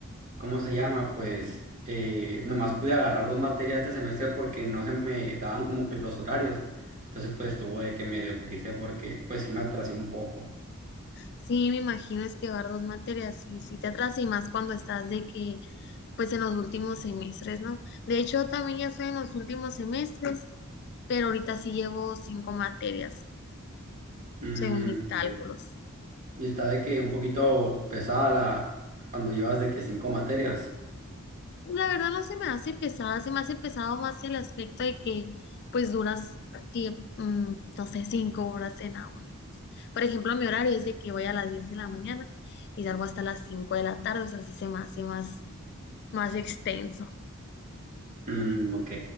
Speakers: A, on the right; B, on the left.
A: ¿cómo se llama? Pues eh, nomás pude agarrar dos materias este semestre porque no se me daban como que los horarios. Entonces pues estuvo de que medio triste porque pues sí me atrasé un poco.
B: Sí, me imagino es que llevar dos materias y si te atrasas y más cuando estás de que, pues en los últimos semestres, ¿no? De hecho, también ya estoy en los últimos semestres, pero ahorita sí llevo cinco materias.
A: Mm,
B: según mis
A: ok.
B: cálculos.
A: Y está de que un poquito pesada la, cuando llevas de que cinco materias.
B: La verdad no se me hace pesada, se me hace pesado más el aspecto de que pues duras, tie- mm, no sé, cinco horas en la uni. pues. Por ejemplo, mi horario es de que voy a las 10 de la mañana y salgo hasta las 5 de la tarde, o sea, sí se me hace más, más extenso.
A: Mm, ok.